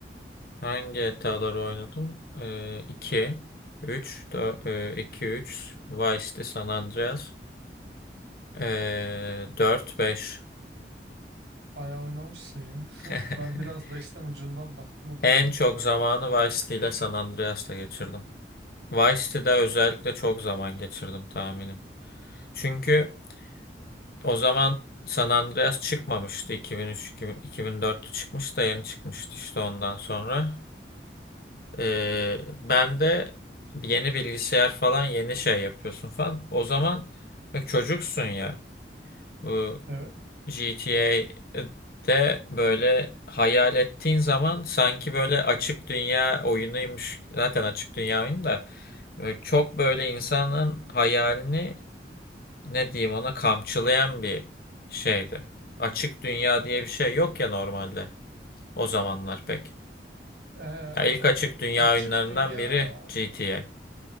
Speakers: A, on the left; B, on the right.
A: hangi GTA'ları oynadım? 2, 3, 2 3. Vice City, San Andreas, ee, Dört, 5.
B: Bayağı oynamışsın ya. <laughs>
A: <laughs>
B: Ben biraz beşten ucundan baktım o kadar.
A: En çok zamanı Vice City ile San Andreas'ta geçirdim. Vice City'de özellikle çok zaman geçirdim tahminim. Çünkü O zaman San Andreas çıkmamıştı. 2003, 2000 2004'te çıkmış da yeni çıkmıştı işte ondan sonra. Ee, ben de yeni bilgisayar falan yeni şey yapıyorsun falan. O zaman bak çocuksun ya. Bu
B: Evet.
A: GTA'de böyle hayal ettiğin zaman sanki böyle açık dünya oyunuymuş. Zaten açık dünya oyunu da. Böyle Çok böyle insanın hayalini ne diyeyim ona kamçılayan bir şeydi. Açık dünya diye bir şey yok ya normalde o zamanlar pek.
B: Ee,
A: Ya ilk açık dünya
B: açık
A: oyunlarından
B: dünya
A: biri GTA.